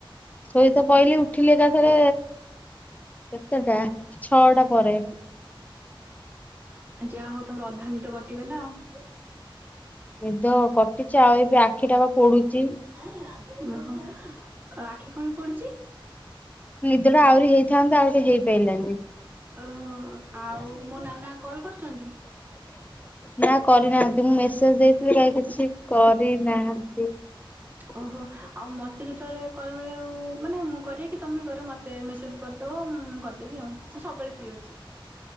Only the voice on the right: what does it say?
ଯାଆ ହଉ ତମର ଅଧାନିଦ କଟିଗଲା ଆଉ।
ଓହୋ। ଆଉ ଆଖି କଣ କାଇଁ ପୋଡୁଛି?
ଓହୋ। ଆଉ ମୋ ନାନା କଲ କରିଛନ୍ତି?
ଓହୋ। ଆଉ ମତେ ଯେତେବେଳେ କଲ୍ କରିବାକୁ ମାନେ ମୁଁ କରେ କି ତମେ କର ମତେ ମେସେଜ କରିଦବ ମୁଁ କ ଦେବି ଆଉ। ସେ ସବୁବେଳେ ଫ୍ରି ଅଛି।